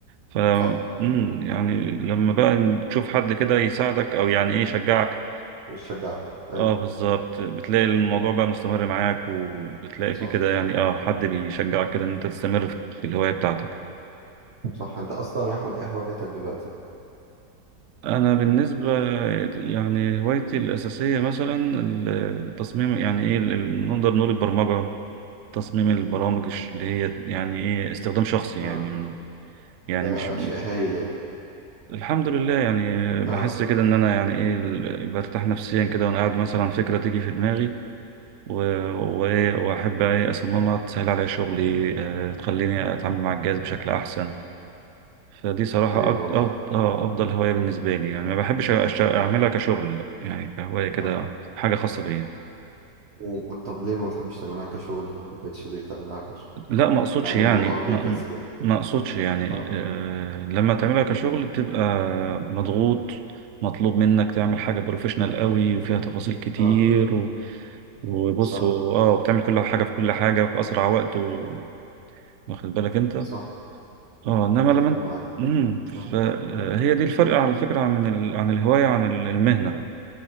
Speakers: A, on the right (about 75°); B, on the right (about 45°).
A: ف
B: صح
A: مم، يعني لما بقى تشوف حد كده يساعدك او يعني ايه يشجعك
B: بشجع أيوة
A: اه بالظبط بتلاقي الموضوع بقى مستمر معاك وبتلاقي
B: صح
A: فيه كده يعني اه حد بيشجعك كده ان انت تستمر في الهواية بتاعتك
B: صح أنت أصلا يا أحمد إيه هوايتك دلوقتي؟
A: انا بالنسبة يعني هوايتي الاساسية مثلا التصميم يعني ايه ال- ال- نقدر نقول البرمجة تصميم البرامج الش- اللي هي يعني ايه استخدام شخصي
B: اه
A: يعني يعني
B: ده
A: مش
B: شيء هايل يعني
A: الحمد لله يعني بحس
B: اه
A: كده ان انا يعني ايه ال- برتاح نفسيا كده وانا قاعد مثلا فكرة تيجي في دماغي و- وايه واحب ايه اصممها تسهل عليا شغلي آه، تخليني اتعامل مع الجهاز بشكل احسن فدي صراحة
B: هايل
A: أك-
B: والله
A: أف- آه، افضل هواية بالنسبة لي يعني ما بحبش أشت- اعملها كشغل يعني كهواية كده
B: اه
A: حاجة خاصة بيا
B: و... طب ليه ما بتحبش تعملها كشغل ما حبيتش ليه تعملها كشغل؟
A: لا ما اقصدش
B: مع إن
A: يعني
B: الموضوع بيكسب
A: ما
B: يعني
A: ما اقصدش يعني
B: اه
A: آه لما تعملها كشغل بتبقى مضغوط مطلوب منك تعمل حاجة بروفيشنال قوي وفيها تفاصيل كتير
B: اه
A: و... وبص
B: صح
A: و- اه وبتعمل كل حاجة في كل حاجة في أسرع وقت و... واخد بالك أنت
B: صح
A: اه إنما
B: متفق
A: لما أنت-
B: معاك
A: امم
B: اه
A: فهي دي الفرق على فكرة من ال... عن الهواية عن ال- المهنة